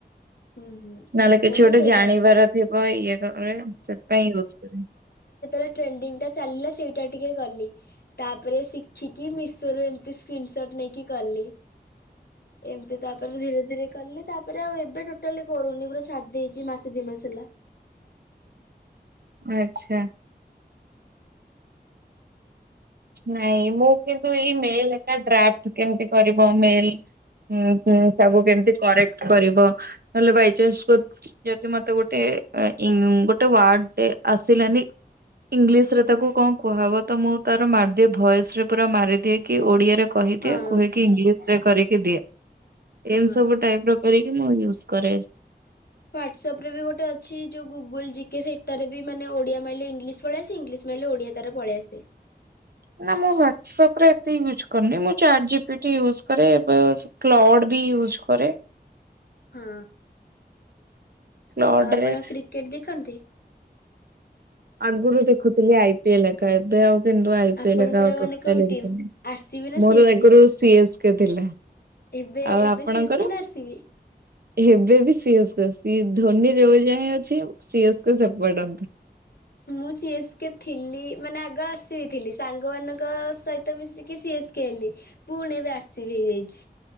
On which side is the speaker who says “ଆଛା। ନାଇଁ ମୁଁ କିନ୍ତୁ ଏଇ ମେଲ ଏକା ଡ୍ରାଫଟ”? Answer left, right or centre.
Right